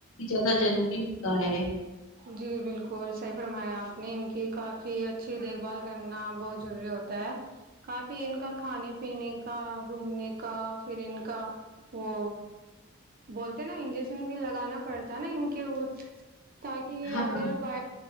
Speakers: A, on the left (about 75°); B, on the right (about 45°).
A: جب ضروری ہوتا ہے
B: جی بالکل صحی فرمایا آپ نے ان کی کافی اچھی دیکھ بھال کرنا بہت ضروری ہوتا ہے کافی ان کا کھانے پینے کا گھومنے کا پھر ان کا وہ بولتے نا انجشن بھی لگانا پڑتا ہے نا ان کے وہ تاکہ
A: ہاں
B: اگر ب